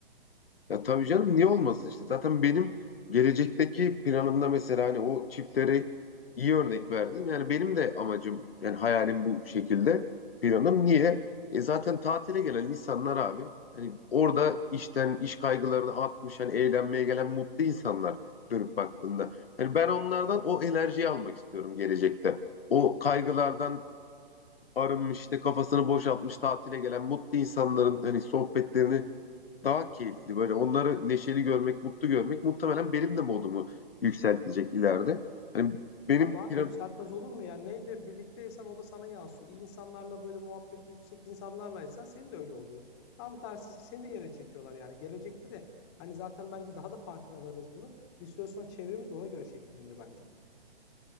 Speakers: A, on the left; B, on the left.
A: Ya tabii canım niye olmasın işte. Zaten benim gelecekteki planımda mesela hani o çiftlere iyi örnek verdin. Yani benim de amacım yani hayalim bu şekilde planım. Niye? E zaten tatile gelen insanlar abi hani orada işten iş kaygılarını atmış hani eğlenmeye gelen mutlu insanlar dönüp baktığında. Hani ben onlardan o enerjiyi almak istiyorum gelecekte. O kaygılardan arınmış işte kafasını boşaltmış tatile gelen mutlu insanların hani sohbetlerini daha keyifli böyle onları neşeli görmek, mutlu görmek muhtemelen benim de modumu yükseltecek ileride. Hani benim
B: Abi abi
A: plan-
B: yükseltmez olur mu ya? Neyle birlikteysen o da sana yansıyor. İyi insanlarla böyle muhabbeti yüksek insanlarlaysan senin de öyle oluyor. Tam tersi seni de yere çekiyorlar yani. Gelecekte de hani zaten bence daha da farkına varırız bunu. Bir süre sonra çevremiz de ona göre şekillenir bence.